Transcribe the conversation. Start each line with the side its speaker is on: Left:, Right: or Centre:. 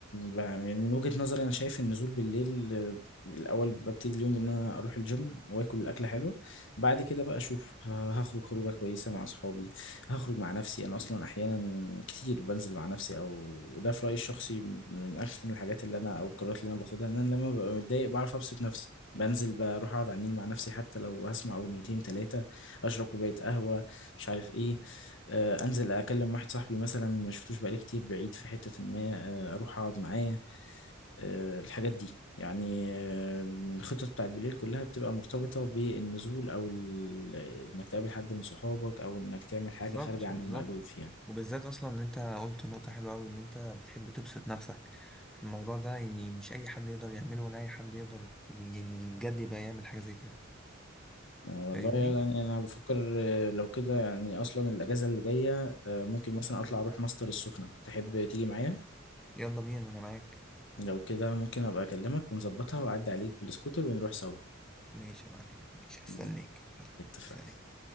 Left: ب- يعني من وجهة نظري انا شايف النزول بالليل آه، الاول ببتدي اليوم بان انا اروح الجيم واكل اكله حلوه بعد كده بقى اشوف ه- هخرج خروجه كويسه مع اصحابي هخرج مع نفسي انا اصلا احيانا كتير بنزل مع نفسي او ده في رايي الشخصي من احسن الحاجات اللي انا او القرارات اللي انا باخدها ان انا لما ببقى متضايق بعرف ابسط نفسي بنزل بروح اقعد على النيل مع نفسي حتى لو هسمع اغنيتين ثلاثه اشرب كوبايه قهوه مش عارف ايه آه، انزل اكلم واحد صاحبي مثلا ما شفتوش بقالي كتير بعيد في حتة ما آه، اروح اقعد معاه آه، الحاجات دي يعني آه، الخطط بتاعت بالليل كلها بتبقى مرتبطة بالنزول او ال- انك تقابل حد من صحابك او انك تعمل حاجة
Centre: بالظبط
Left: خارجة عن
Centre: بالظبط
Left: المألوف يعني
Centre: وبالذات اصلا ان انت قلت نقطة حلوة اوي ان انت بتحب تبسط نفسك في الموضوع ده يعني مش اي حد يقدر يعمله ولا اي حد يقدر يعني بجد يبقى يعمل حاجة زي كده
Left: آه،
Centre: فاهمني
Left: والله يعني انا بفكر آه، لو كده يعني اصلا الاجازة اللي جاية آه، ممكن مثلا اطلع اروح ماستر السخنة تحب تيجي معايا
Centre: يلا بينا انا معاك
Left: لو كده ممكن ابقى اكلمك ونظبطها واعدي عليك بالسكوتر ونروح سوا
Centre: ماشي يا معلمي ماشي هستناك
Left: يعني
Centre: يلا
Left: اتفقنا
Centre: سلام